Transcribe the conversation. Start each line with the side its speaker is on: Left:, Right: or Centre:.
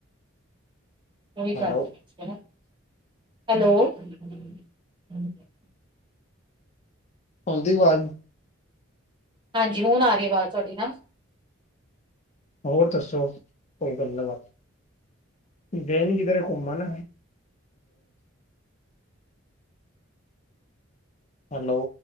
Right: ਓਈ <unintelligible>
Left: ਹੈਲੋ
Right: ਹੈਲੋ <unintelligible>
Left: ਆਉਂਦੀ ਅਵਾਜ਼।
Right: ਹਾਂਜੀ, ਹੂਨ ਆ ਰੀ ਆਵਾਜ਼ ਤੁਆਡੀ ਨਾ।
Left: ਹੋਰ ਦੱਸੋ, ਕੋਈ ਗਲ ਬਾਤ। ਗਏ ਨੀ ਕਿਦਰੇ ਘੁੰਮਣ? ਹੈਲੋ।